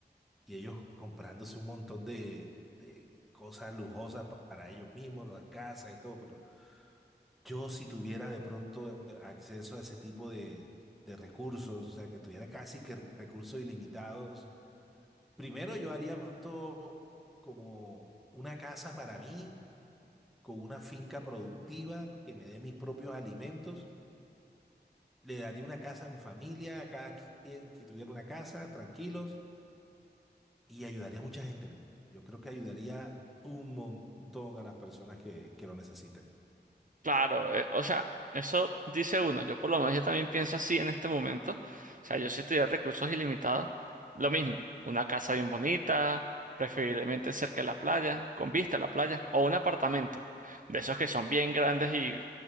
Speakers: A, in the centre; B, on the right.
A: y ellos comprándose un montón de, de cosas lujosas pa- para ellos mismos, las casas y todo, pero yo si tuviera de pronto eh, acceso a ese tipo de, de recursos, o sea, que tuviera casi que recursos ilimitados, primero yo haría pronto como una casa para mí, con una finca productiva que me dé mis propios alimentos. Le daría una casa a mi familia, a cada quien que tuviera una casa, tranquilos y ayudaría a mucha gente, men. Yo creo que ayudaría un montón a las personas que, que lo necesiten.
B: Claro, eh, o sea, eso dice uno. Yo por lo menos yo también pienso así en este momento. O sea, yo si tuviera recursos ilimitados, lo mismo, una casa bien bonita, preferiblemente cerca de la playa, con vista a la playa, o un apartamento. De esos que son bien grandes y,